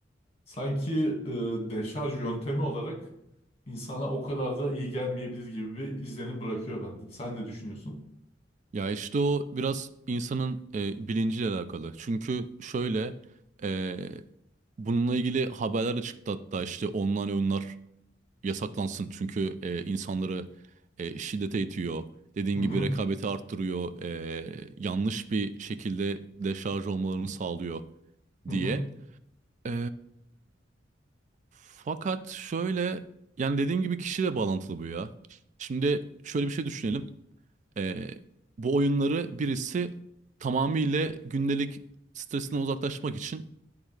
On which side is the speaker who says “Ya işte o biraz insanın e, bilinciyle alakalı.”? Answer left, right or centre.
Right